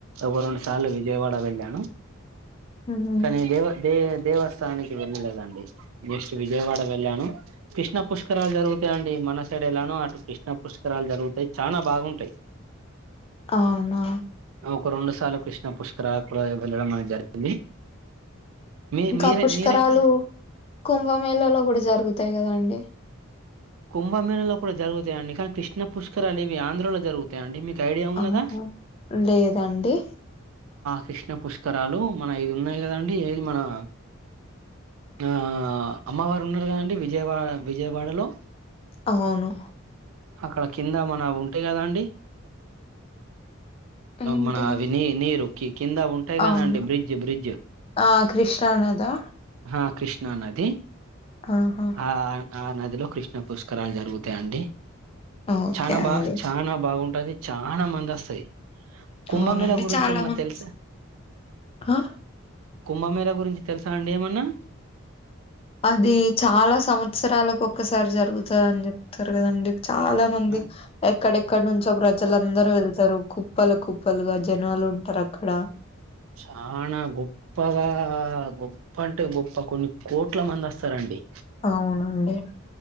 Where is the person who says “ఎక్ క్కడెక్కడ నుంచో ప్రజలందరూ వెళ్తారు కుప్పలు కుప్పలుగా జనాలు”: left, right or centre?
Left